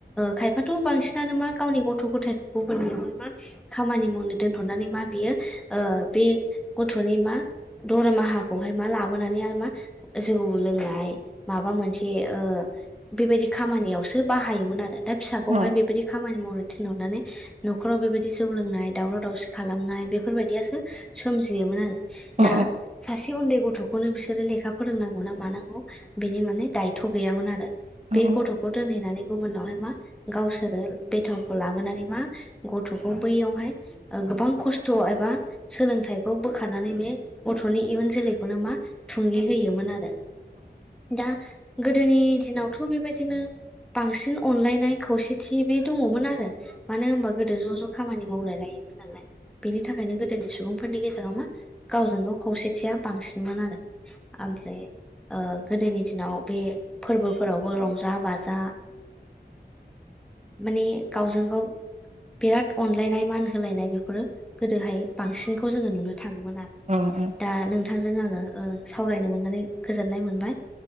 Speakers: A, in the centre; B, on the right.
A: खायफाथ' बांसिनानो मा गावनि गथ' गथाय <unintelligible> खामानि मावनो दोनहरनानै मा बियो बे गथ'नि मा दरमाहाखौहाय मा लाबोनानै आरो मा जौ लोंनाय माबा मोनसे ओ बेबायदि खामानियावसो बाहायोमोन आरो दा फिसाखौहाय
B: अ
A: बेबायदि खामानि मावनो थिनहरनानै न'खराव बेबायदि जौ लोंनाय दावराव दावसि खालामनाय बेफोरबायदियासो सोमजियोमोन आरो
B: अ
A: दा सासे उन्दै गथ'खौनो बिसोरो लेखा फोरोंनांगौ ना मानांगौ बिनि माने दायथ' गैयामोन आरो
B: अ
A: बे
B: अ
A: गथ'खौ दोनहैनानै गुबुनावहाय मा गावसोरो बेथानखौ लाबोनानै मा गथ'खौ बैयावहाय गोबां खस्थ' एबा सोलोंथाइखौ बोखारनानै बे गथ'नि इयुन जोलैखौनो मा थुंगे होयोमोन आरो दा गोदोनि दिनावथ' बेबायदिनो बांसिन अनलायनाय खौसेथि बे दङमोन आरो मानो होनबा गोदो ज' ज' खामानि मावलाय लायोमोन नालाय बेनि थाखायनो गोदोनि सुबुं फोरनि गेजेराव मा गावजों गाव खौसेथिया बांसिनमोन आरो ओमफ्राय ओ गोदोनि दिनाव बे फोरबोफोरावबो रंजा बाजा माने गावजों गाव बिराद अनलायनाय मान होलायनाय बेफोरो गोदोहाय बांसिनखौ जोङो नुनो थाङोमोन आरो
B: अ अ
A: दा नोंथांजों आङो सावरायनो मोननानै गोजोननाय मोनबाय